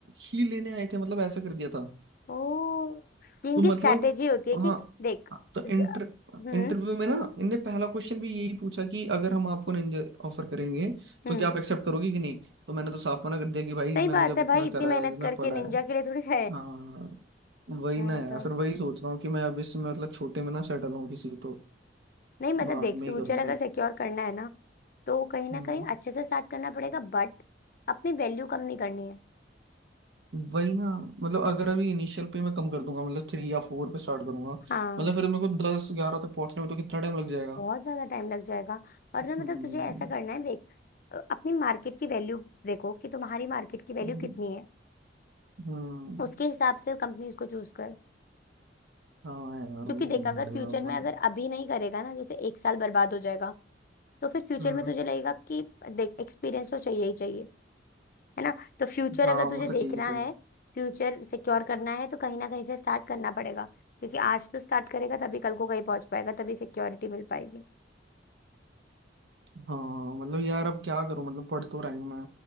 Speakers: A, on the right; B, on the left.
A: ही लेने आए थे मतलब ऐसा कर दिया था
B: ओ ये इनकी
A: तो मतलब
B: स्ट्रैटेजी होती है
A: हाँ
B: कि देख
A: तो इंटर
B: ज- हम्म
A: इंटरव्यू में ना इनने पहला क्वेश्चन भी यही पूछा कि अगर हम आपको निंजा ऑफर करेंगे
B: हम्म
A: तो क्या आप एक्सेप्ट करोगी कि नहीं तो मैंने तो साफ मना कर दिया कि भाई
B: सही
A: मैंने
B: बात
A: जब
B: है
A: इतना
B: भाई इतनी
A: करा
B: मेहनत
A: है मैं
B: करके
A: पढ़ा
B: निंजा
A: है
B: के लिए थोड़ी है
A: हाँ वही
B: हाँ
A: ना
B: ये
A: यार
B: तो
A: फिर वही सोच रहा हूँ कि मैं अब इसमें मतलब छोटे में ना सेटल हूँ किसी तो
B: नहीं मतलब
A: बाद
B: देख
A: में
B: फ्यूचर
A: ही करूँ
B: अगर
A: फिर
B: सिक्योर करना है ना तो कहीं ना
A: हम्म
B: कहीं अच्छे से स्टार्ट करना पड़ेगा बट अपनी वैल्यू कम नहीं करनी है
A: वही ना मतलब अगर अभी इनिशियल पे मैं कम कर दूंगा मतलब थ्री या फोर पे स्टार्ट करूंगा
B: हाँ
A: मतलब फिर मेरे को दस ग्यारह तक पहुंचने में तो कितना टाइम लग जाएगा
B: बहुत ज्यादा टाइम लग जाएगा और ना मतलब
A: हम्म
B: तुझे ऐसा करना है देख अ, अपनी मार्केट की वैल्यू देखो कि तुम्हारी मार्केट की वैल्यू
A: हम्म
B: कितनी है
A: हम्म,
B: उसके हिसाब से कंपनीज को चूज कर
A: हाँ यार
B: क्योंकि
A: वही
B: देख
A: करना
B: अगर
A: पड़ेगा
B: फ्यूचर में
A: मन
B: अगर अभी नहीं करेगा ना जैसे एक साल बर्बाद हो जाएगा तो फिर फ्यूचर
A: हम्म
B: में तुझे लगेगा कि देख एक्सपीरियंस तो चाहिए ही चाहिए है ना तो फ्यूचर
A: हाँ
B: अगर तुझे
A: वो तो
B: देखना
A: चाहिए चल
B: है फ्यूचर सिक्योर करना है तो कहीं ना कहीं से स्टार्ट करना पड़ेगा क्योंकि आज तो स्टार्ट करेगा तभी कल को कहीं पहुंच पाएगा तभी सिक्योरिटी मिल पाएगी
A: हाँ मतलब यार अब क्या करूं मतलब पढ़ तो रही हूँ मैं